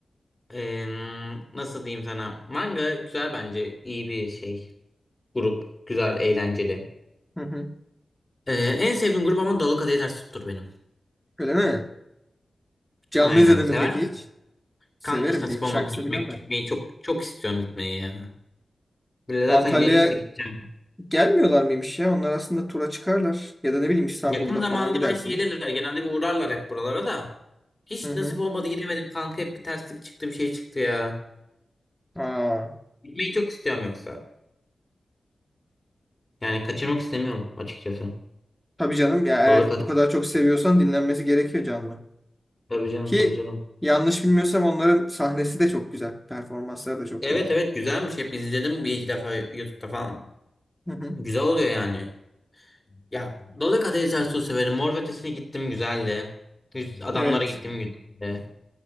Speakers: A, on the left (about 20°); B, in the centre.
A: em, nasıl diyeyim sana? Manga güzel bence. iyi bir şey. Grup. Güzel, eğlenceli.
B: Hı hı.
A: Ee, en sevdiğim grup ama Dolu Kadehi Ters Tuttur benim.
B: Öyle mi? Canlı
A: Aynen.
B: izledin
A: Sever
B: mi peki
A: misin?
B: hiç? Severim.
A: Kanka hiç nasip
B: Bir iki
A: olmadı
B: şarkısını
A: gitmek.
B: biliyorum ben.
A: Gitmeyi çok çok istiyorum gitmeyi ya. Böyle zaten
B: Antalya'ya
A: gelirse gideceğim.
B: gelmiyorlar mıymış ya? Onlar aslında tura çıkarlar. Ya da ne bileyim İstanbul'da
A: Yakın zamanda
B: falan gidersin.
A: belki gelirler. Genelde bir uğrarlar hep buralara da. Hiç
B: Hı hı.
A: nasip olmadı gidemedim kanka. Hep bir terslik çıktı bir şey çıktı ya.
B: Aa,
A: Gitmeyi çok istiyorum yoksa. Yani kaçırmak istemiyorum açıkçası.
B: tabii canım ya eğer
A: Dolu
B: bu kadar çok seviyorsan dinlenmesi gerekiyor canlı.
A: Tabii canım
B: Ki
A: tabii canım.
B: yanlış bilmiyorsam onların sahnesi de çok güzel. Performansları da çok
A: Evet
B: iyi yani.
A: evet güzelmiş. Hep izledim bir iki defa YouTube'da falan.
B: Hı hı.
A: Güzel oluyor yani. Ya Dolu Kadehi Ters severim. Mor ve Ötesi'ne gittim güzeldi. Yüz Adamlara
B: Evet.
A: gittim güzeldi.